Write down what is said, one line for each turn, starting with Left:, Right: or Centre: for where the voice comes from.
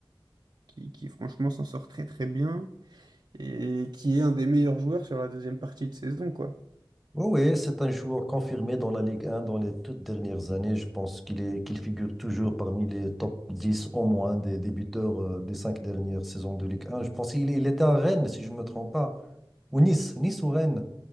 Right: qui, qui franchement s'en sort très très bien et qui est un des meilleurs joueurs sur la deuxième partie de saison, quoi.
Centre: Oui, oui, c'est un joueur confirmé dans la Ligue 1 dans les toutes dernières années. Je pense qu'il est, qu'il figure toujours parmi les top 10 au moins des, des buteurs euh, des cinq dernières saisons de Ligue 1. Je pense qu'il est- il était à Rennes, si je ne me trompe pas, ou Nice, Nice ou Rennes.